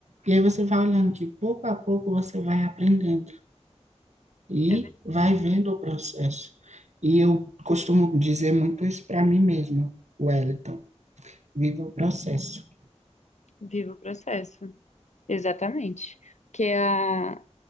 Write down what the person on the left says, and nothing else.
É verdade.
Viva o processo. Exatamente. Porque a,